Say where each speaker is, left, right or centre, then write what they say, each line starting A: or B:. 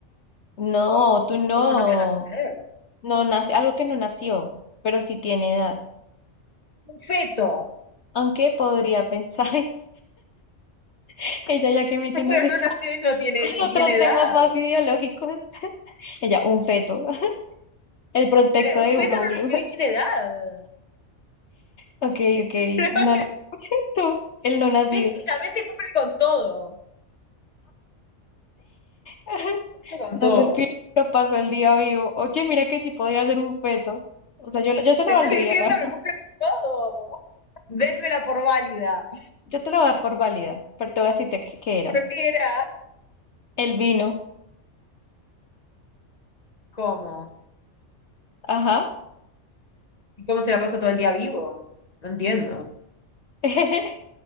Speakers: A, on the left; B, on the left.
A: No, tú no.
B: ¿Cómo no voy a nacer?
A: No nace, algo que no nació, pero sí tiene edad.
B: Un feto.
A: Aunque podría pensar, <laughs> ella ya que metiéndose
B: Pero
A: así
B: no
A: con
B: nació y no tiene,
A: <laughs>
B: y
A: otros
B: tiene edad.
A: temas más ideológicos, <laughs> ella, un feto, <laughs> el prospecto
B: Pero
A: de
B: un feto
A: un óvulo.
B: no nació
A: <laughs>
B: y tiene edad.
A: Ok, ok,
B: <laughs>
A: no, no, tú, el no nacido.
B: Técnicamente cumple con todo.
A: <laughs>
B: Cumple con
A: No
B: todo.
A: respiro, pero paso el día vivo. Oye, mira que sí podría ser un feto. O sea, yo, la- yo te lo
B: Te
A: valdría,
B: estoy diciendo
A: <laughs> la-
B: que cumple con todo. Dénmela por válida.
A: yo te lo voy a dar por válida, pero te voy a decirte qué, qué era.
B: Pero ¿qué era?
A: El vino,
B: ¿Cómo?
A: ajá.
B: ¿Y cómo se la pasa todo el día vivo? No entiendo.
A: <laughs>